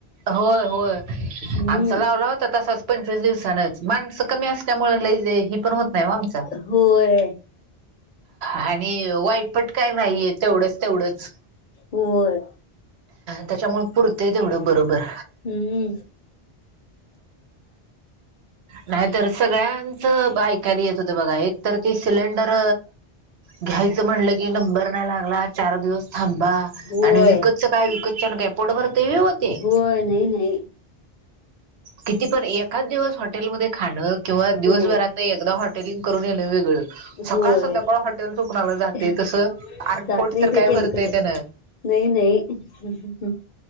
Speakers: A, on the right (about 85°); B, on the left (about 55°).
A: हो आमचा
B: हम्म
A: लावला होता. तसाचं पंचवीस दिवसा नचं माणसं कमी असल्यामुळे लय जे ही पण होत नाही ओ आमचा
B: होय.
A: आणि वाईपट काय नाही हाय तेवढंच तेवढंच.
B: होय
A: त्याच्यामुळे पुरतंय तेवढं बरोबर.
B: हम्म
A: नाहीतर सगळ्यांचं ऐकायला येत होत बघा एक तर ते सिलेंडर घ्याय च म्हटलं की नंबर नाही लागला चार दिवस थांबा
B: होय
A: आणि विकतचं काय विकतच्या नं काय पोट भरते होय ते.
B: होय नाही नाही
A: किती पण एक का दिवस हॉटेलमध्ये खाणं किंवा दिवसभरात
B: हो
A: एकदा हॉटेल करून येणं वेगळं. सकाळ
B: होय,
A: संध्याकाळ हॉटेल चुकणाला जाते
B: जात
A: तसं आरपोट
B: नाही
A: तर
B: ते
A: काय
B: तेलकट
A: भरतय त्यानं
B: नाही नाही, हम् हम्